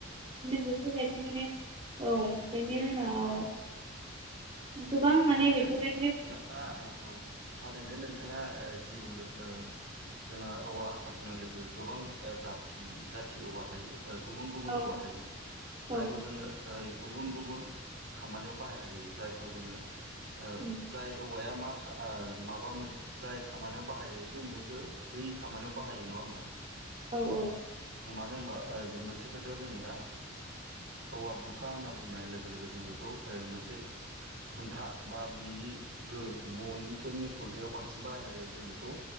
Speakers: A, on the right; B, on the right.
A: <unintelligible> माने औ बिनि उनाव गोबां माने
B: थायो
A: बेफोरबायदिनो
B: दा औ थारैनो नोंथाङा जि बुंदों ओ जोंहा औवा बुंनाय लोगो गोबां जाथि जाथि औवा थायो गुबुन गुबुन
A: औ
B: औवा थायो जायखौ
A: औ
B: जोङो, ओ गुबुन-गुबुन खामानियाव बाहायनाय जायो जायखौ जोङो। ओ
A: उम,
B: जाय औवाया मा। ओ माबा मोन जाय खामानियाव बाहाय जायो जों बैखौ बै खामानियाव बाहायो नङा होमबा।
A: औ औ।
B: नो होनबा ओ जों मोनसे खोथायाव जोङो दा औवा बुरखा होनना बुंनाय लोगो लोगो जों बेखौ मोनसे। खुन्था बा बिनि गोहो न'निफोरनि खुन्थायाव बांसिन बाहायनाय जायो जों बेखौ।